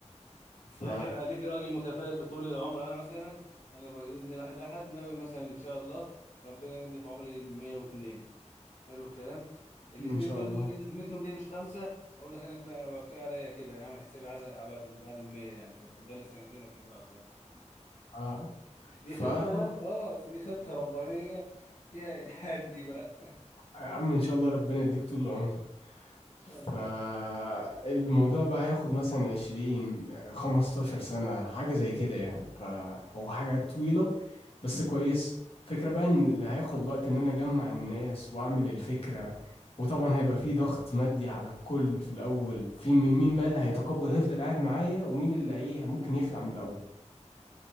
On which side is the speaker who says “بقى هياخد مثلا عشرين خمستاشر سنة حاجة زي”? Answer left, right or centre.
Left